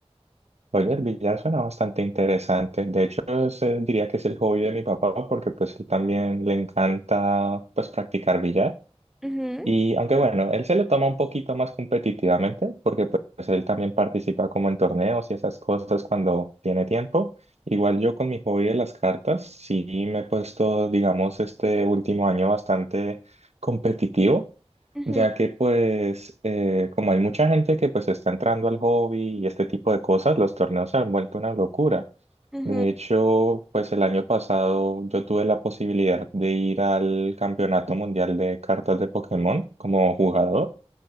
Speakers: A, on the right; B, in the centre.
A: Oye, el billar suena bastante interesante. De hecho, es, eh, diría que es el hobby de mi papá porque pues él también le encanta pues practicar billar.
B: Ujú,
A: Y aunque bueno, él se lo toma un poquito más competitivamente porque pues él también participa como en torneos y esas cosas cuando tiene tiempo. Igual yo con mi hobby de las cartas, sí me he puesto, digamos, este último año bastante competitivo
B: ujú,
A: Ya que pues eh, como hay mucha gente que pues está entrando al hobby y este tipo de cosas, los torneos se han vuelto una locura.
B: ujú.
A: De hecho, pues el año pasado yo tuve la posibilidad de ir al Campeonato Mundial de Cartas de Pokémon como jugador